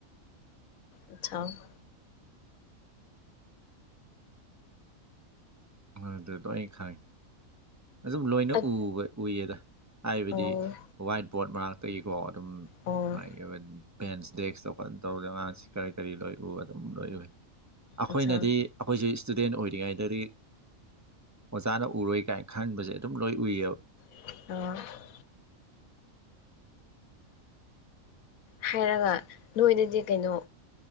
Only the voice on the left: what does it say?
ꯥ <unintelligible>
ꯑꯠ
ꯑꯣ
ꯑꯣ
ꯑꯠꯁꯥ
<unintelligible> ꯍꯥꯏꯔꯒ ꯅꯣꯏꯗꯗꯤ ꯀꯩꯅꯣ